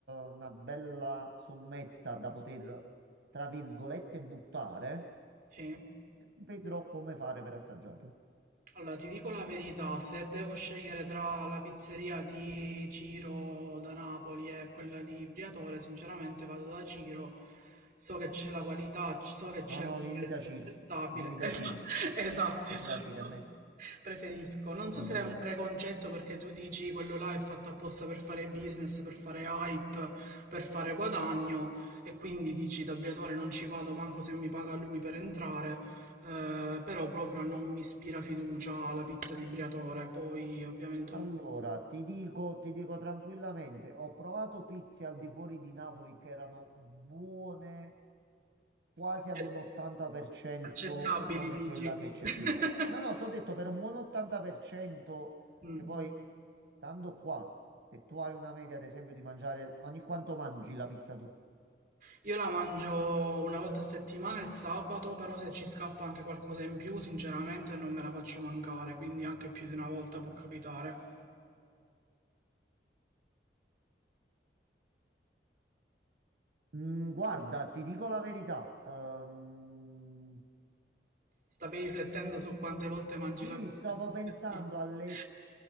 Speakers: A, on the right (about 85°); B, on the right (about 50°).
A: eh, una bella sommetta da poter, tra virgolette, buttare,
B: sì.
A: vedrò come fare per assaggiarla.
B: Allora, ti dico la verità, se devo scegliere tra la pizzeria di Ciro da Napoli e quella di Briatore, sinceramente vado da Ciro. So che c'è la qualità, c- so che c'è
A: No,
B: un
A: no, vieni
B: prezzo
A: da Ciro,
B: accettabile.
A: vieni da
B: Esa-
A: Ciro,
B: <laughs> Esatto,
A: vieni
B: esatto.
A: da Ciro, è meglio.
B: Preferisco. Non
A: Vieni,
B: so se
A: vieni.
B: è un preconcetto perché tu dici quello là è fatto apposta per fare business, per fare hype, per fare guadagno e quindi dici da Briatore non ci vado manco se mi paga lui per entrare. Eh, però proprio non mi ispira fiducia la pizza di Briatore, poi ovviamente
A: Allora,
B: ognuno
A: ti dico, ti dico tranquillamente, ho provato pizze al di fuori di Napoli che erano buone quasi ad
B: è
A: un 80%
B: accettabili,
A: come
B: dici.
A: quella che c'è
B: <laughs>
A: qui. No, no, ti ho detto per un buon 80%
B: Mm.
A: che poi, stando qua, se tu hai una media, ad esempio, di mangiare ogni quanto mangi la pizza tu?
B: Io la mangio una volta a settimana il sabato, però se ci scappa anche qualcosa in più, sinceramente non me la faccio mancare, quindi anche più di una volta può capitare.
A: Mm, guarda, ti dico la verità. ehm,
B: Stavi riflettendo su quante volte mangi
A: sì,
B: la pizza?
A: stavo
B: <laughs>
A: pensando alle